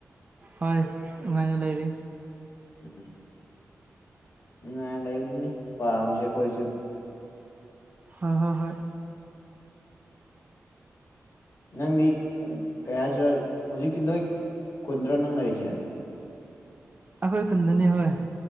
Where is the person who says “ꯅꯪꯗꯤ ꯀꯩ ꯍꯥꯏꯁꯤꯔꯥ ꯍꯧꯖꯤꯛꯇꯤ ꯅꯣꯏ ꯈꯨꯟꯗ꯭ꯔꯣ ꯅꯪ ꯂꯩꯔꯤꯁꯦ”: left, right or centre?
Left